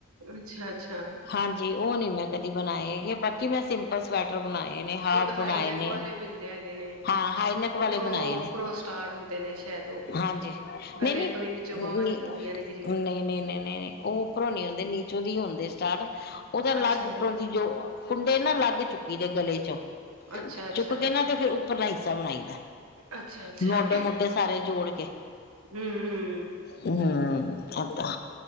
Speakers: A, on the right; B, on the left.
A: ਅੱਛਾ-ਅੱਛਾ।
B: ਹਾਂਜੀ ਉਹ ਨੀ ਮੈਂ ਕਦੀ ਬਨਾਏ ਹੇਗੇ ਬਾਕੀ ਮੈਂ ਸਿੰਪਲ ਸਵੈਟਰ ਬਨਾਏ ਨੇ ਹਾਫ
A: ਇੱਕ
B: ਬਣਾਏ
A: ਹਾਈਨੈਕ
B: ਨੇ
A: ਵਾਲੇ ਵੀ ਹੁੰਦੇ ਹੈਗੇ ਨੇ
B: ਹਾਂ ਹਾਈ ਨੇਕ ਵਾਲੇ
A: ਉੱਪਰੋਂ
B: ਬਣਾਏ ਨੇ,
A: ਉੱਪਰੋਂ ਸਟਾਰਟ ਹੁੰਦੇ ਨੇ ਸ਼ਾਇਦ ਉਹ
B: ਹਾਂਜੀ
A: ਗਲੇ
B: ਨਹੀਂ-ਨਹੀਂ,
A: ਤੋਂ ਹੀ ਵਿੱਚੋਂ ਬਾਹਵਾਂ
B: ਨੀ
A: ਨਿਕਲਦੀਆਂ ਨੇ ਜਿਹੜੀਆਂ
B: ਨਹੀਂ-ਨਹੀ, ਨਹੀਂ ਉਹ ਉਪਰੋਂ ਨ ਹੁੰਦੇ ਨੀਚੋ ਦੀ ਹੁੰਦੇ ਸਟਾਰਟ। ਅਲੱਗ
A: ਅੱਛਾ
B: ਉੱਪਰੋਂ ਦੀ ਜੋ ਕੁੰਡੇ ਨਾ ਲੱਗ ਚੁੱਕੀ ਦੇ ਗਲੇ ਚੋਂ।
A: ਅੱਛਾ ਅੱਛਾ
B: ਚੁੱਕ ਕੇ ਨਾ ਤੇ ਫਿਰ ਉੱਪਰਲਾ ਹਿੱਸਾ ਬਣਾਈ ਦਾ
A: ਅੱਛਾ ਅੱਛਾ
B: ਮੋਢੇ-ਮੂਡੇ ਸਾਰੇ ਜੋੜ ਕੇ
A: ਹਮ ਹਮ
B: ਹਮ। ਹੈ ਤਾਂ